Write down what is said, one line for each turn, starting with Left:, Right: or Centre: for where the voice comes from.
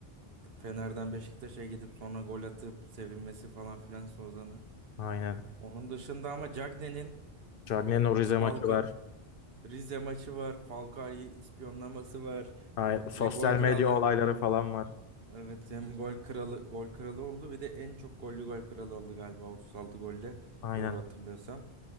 Right: Fener'den Beşiktaş'a gidip sonra gol atıp sevinmesi falan filan Soza'nın.
Left: Aynen.
Right: Onun dışında ama Cagney'in
Left: Cagne'nin o Rize maçı
Right: Falcao
Left: var.
Right: Rize maçı var. Falcao'yu ispiyonlaması var
Left: Aynen. Sosyal
Right: ve gol kralı.
Left: medya olayları falan var.
Right: Evet hem gol kralı gol kralı oldu ve de en çok gollü gol kralı oldu galiba 36 golle
Left: Aynen.
Right: doğru hatırlıyorsam.